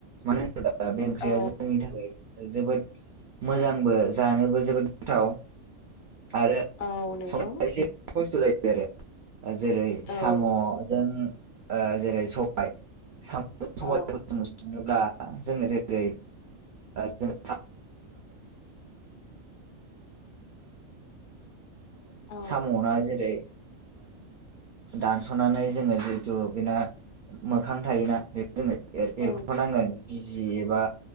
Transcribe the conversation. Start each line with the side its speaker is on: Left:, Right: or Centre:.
Right: मानो होनोबा बे ओंख्रिया
Left: औ
Right: जोंनि थाखाय जोबोद मोजांबो जानोबो जोबोद गोथाव आरो
Left: औ नंगौ
Right: संनाया एसे खस्थ' जायो आरो जेरै साम'जों
Left: औ
Right: जेरै सबाय साम' साइखौ
Left: औ
Right: ज संनोब्ला जोङो जेरै <unintelligible> <unintelligible>
Left: औ
Right: साम'ना जेरै दानस'नानै जोङो जितु बेना मोखां थायोना बेखौ जोङो एरख'नांगोन
Left: औ
Right: बिजि एबा